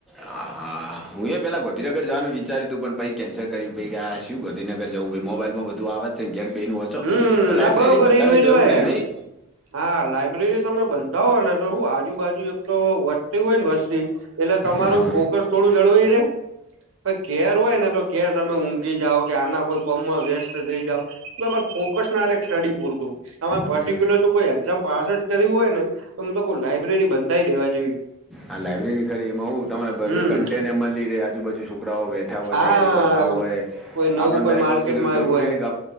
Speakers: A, in the centre; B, on the right.
A: હા હા હું એ પેલા ગોંધીનગર જવાનું વિ વિચાર્યું હતુ પણ પહી કેન્સલ કર્યું પહી આ શ્યું ગોંધીનગર જવું ભઈ મોબાઈલમાં બધું આવે જ છે ને ઘેર બેહી ન વોંચ તો
B: હમ
A: પણ લાયબ્રેરી
B: ના બરોબર
A: બંધાવી
B: એનું જોય
A: જરૂરી
B: એમ
A: હે નહી.
B: હા લાઈબ્રેરી તમે બંધાવો ને તો હુ આજુબાજુ એક તો વધતી હોય ને વસ્તી એટલે તમારું
A: હા
B: ફોકસ થોડું જળવાઈ રેહ, ધેર હોય ને ઘેર તમે ઉંઘી જાઓ કે આના કોઈ કોમમાં વ્યસ્ત થઈ જાવ. તમારે ફોકસ ના રેહ સ્ટડી પૂરતું તમારે પર્ટિક્યુલર
A: હમ.
B: જો કોઈ એક્ઝામ પાસ જ કરવી હોય ને અમ તો કઉં લાઈબ્રેરી બંધાઈ દેવા જેવી
A: આ લાયબ્રેરી કરી એમાં હું તમને
B: હમ
A: કન્ટેન એ મલી રહેે આજુબાજુ છોકરાઓ બેઠ ઠા હોય
B: હા
A: તૈયારી કરતા હોય
B: કોઈ નવું
A: આપણે
B: કોઈ
A: દરેક
B: માર્કેટમાં
A: વસ્તુ
B: આવ્યું
A: જરૂરી
B: હોય એમ.
A: નહિ હા